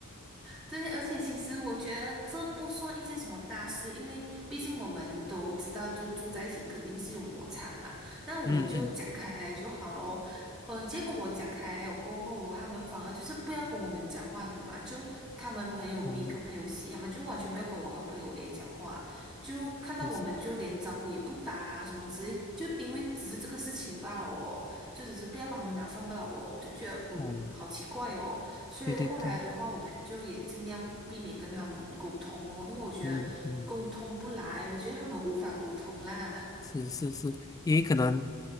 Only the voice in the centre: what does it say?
对，而且其实我觉得这不算一件什么大事，因为毕竟我们都知道，就住在一起肯定是有摩擦的嘛。那我们就讲开来就好咯。
嗯，结果我讲开来过后哦，他们反而就是不要跟我们讲话，你懂吗？就他们朋友 B
跟朋友 C，他们就完全不要跟我和朋友 A 讲话，就看到我们就连招呼也不打啊，
什么之类，就因为只是这个事情罢了哦，就只是不要把他们拿饭罢了哦，就觉得嗯，
好奇怪哦。所以后来的话，
我们就也尽量避免跟他们沟通哦，因为我觉得沟通不来，
我觉得他们无法沟通啦。<laughs>